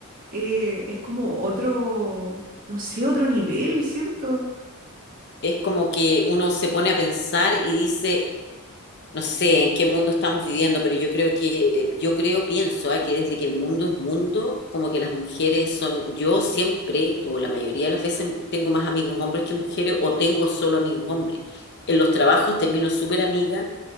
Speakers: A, on the right; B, on the left.
A: eh, es como otro, no sé, otro nivel, siento.
B: Es como que uno se pone a pensar y dice no sé en qué mundo estamos viviendo, pero yo creo que, eh, yo creo, pienso, ah, que desde que el mundo es mundo, como que las mujeres son, yo siempre, o la mayoría de las veces, tengo más amigos hombres que mujeres, o tengo solo amigos hombres. En los trabajos termino súper amiga